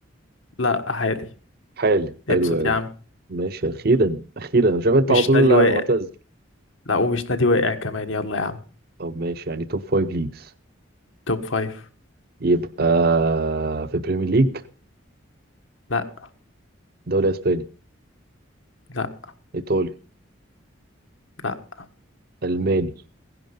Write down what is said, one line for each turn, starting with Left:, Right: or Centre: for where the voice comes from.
Left: لا عالي
Right: حالي
Left: ابسط
Right: حلو قوي
Left: يا عم
Right: ماشي اخيرا اخيرا انا شايف انت
Left: مش
Right: على طول
Left: نادي واقع
Right: معتزل
Left: لا ومش نادي واقع كمان يلا يا عم
Right: طب ماشي يعني توب فايف ليجز
Left: توب فايف
Right: يبقى في بريمير ليج
Left: لا
Right: دوري اسباني
Left: لا
Right: ايطالي
Left: لا
Right: الماني